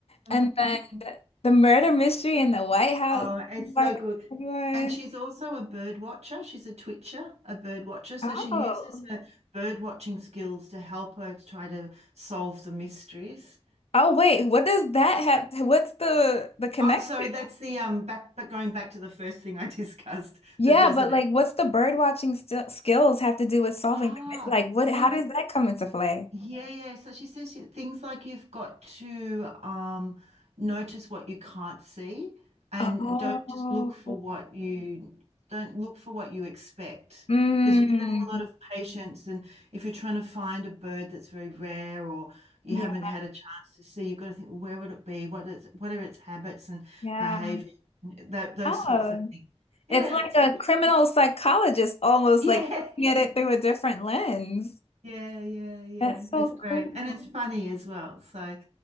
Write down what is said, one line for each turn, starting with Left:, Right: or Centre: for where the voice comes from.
Right: Mm,
Left: And then
Right: mm.
Left: the the murder mystery in the White House,
Right: Oh, it's so
Left: like
Right: good.
Left: a good one.
Right: And she's also a bird watcher. She's a twitcher, a bird watcher. So
Left: Oh.
Right: she uses her bird watching skills to help her to try to solve the mysteries.
Left: Oh wait, what does that have? What's the the connection?
Right: Oh, sorry, that's the um back but going back to the first thing I <laughs> discussed,
Left: Yeah,
Right: the resident.
Left: but like, what's the bird watching st skills have to do with solving
Right: Ah,
Left: the mystery? Like, what? How
Right: well you
Left: does that come into play?
Right: Yeah, yeah. So she says you- things like you've got to um, notice what you can't see and
Left: Oh,
Right: don't just look for what you don't look for what you expect.
Left: mm.
Right: Because if you're going to have a lot of patience and if you're trying to find a bird that's very rare or you
Left: Yeah,
Right: haven't had a chance to see, you've got to think, well, where would it be? What is, what are its habits and
Left: yeah.
Right: behavior? And tho- those
Left: Oh,
Right: sorts of things. Yeah,
Left: it's like
Right: it's,
Left: a criminal psychologist almost
Right: <laughs>
Left: like
Right: yeah.
Left: looking at it through a different lens.
Right: Yeah, yeah, yeah.
Left: That's so
Right: It's great.
Left: cool.
Right: And it's funny as well. So,